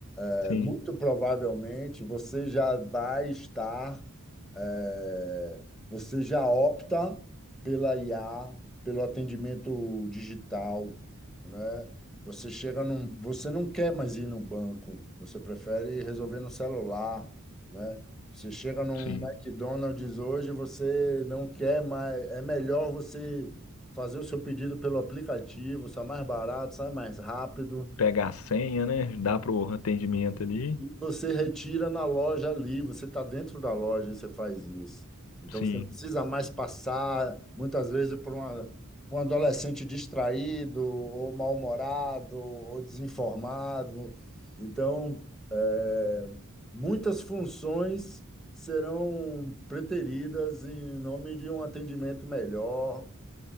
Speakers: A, in the centre; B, on the left.
A: É,
B: sim,
A: muito provavelmente você já vai estar, é, você já opta pela IA, pelo atendimento digital, né? Você chega num, você não quer mais ir no banco, você prefere resolver no celular, né? Você chega num
B: sim.
A: McDonald's hoje, você não quer mais, é melhor você fazer o seu pedido pelo aplicativo, sai mais barato, sai mais rápido,
B: Pegar a senha, né? Dá pro atendimento ali.
A: e você retira na loja ali, você está dentro da loja e você faz isso. Então
B: Sim,
A: você não precisa mais passar, muitas vezes, por uma- um adolescente distraído, ou mal-humorado, ou desinformado. Então, é, muitas funções serão preteridas em nome de um atendimento melhor,